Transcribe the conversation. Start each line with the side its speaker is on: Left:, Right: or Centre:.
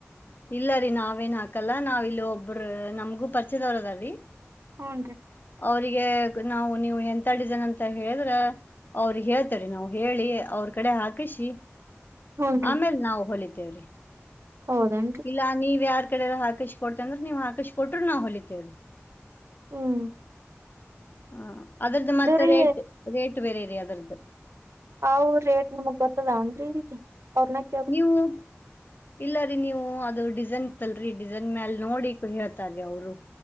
Left: ಇಲ್ಲ ರೀ ನಾವೇನ್ ಹಾಕಲ್ಲ ನಾವ್ ಇಲ್ಲಿ ಒಬ್ಬ್ರ ನಮಗೂ ಪರಿಚಯದಾವರ ಅದಾರಿ.
Right: ಹುನ್ರಿ
Left: ಅವ್ರಿಗೆ ಈಗ ನಾವು ನೀವು ಹೆಂತಾ ಡಿಸೈನ್ ಅಂತ ಹೇಳಿದ್ರ ಅವ್ರಿಗೆ ಹೇಳ್ತಿವ್ರಿ ನಾವ್ ಹೇಳಿ ಅವ್ರ ಕಡೆ ಹಾಕಸಿ
Right: ಹೂನ್ರಿ
Left: ಆಮೇಲ್ ನಾವ್ ಹೊಲಿತೇವ್ರಿ.
Right: ಹೌದನ್ನ್
Left: ಇಲ್ಲ ನೀವ್ ಯಾರ್ ಕಡೆರ ಹಾಕಸಿ ಕೊಡ್ತನ್ ಅಂದ್ರ ನೀವ್ ಹಾಕಿಸಿ ಕೊಟ್ರು ನಾವ್ ಹೊಲಿತೇವ್ರೀ.
Right: ಹ್ಮು
Left: ಹ ಅದರ್ದ ಮತ್ತ್
Right: ರೀ
Left: ರೇಟ್ ರೇಟ್ ಬೇರೆರಿ ಅದರ್ದ.
Right: ಅವ ರೇಟ್ ನಮಗ್ ಗೊತ್ತ್ ಅದಾವೇನ್ರಿ <unintelligible>
Left: ನೀ ಹೋಗ್. ಇಲ್ಲ ರೀ ನೀವು ಅದು ಡಿಸೈನ್ ಇತ್ತಲ್ರಿ ಡಿಸೈನ್ ಮ್ಯಾಲ ನೋಡಿ ಹೇಳ್ತಾರಿ ಅವ್ರು.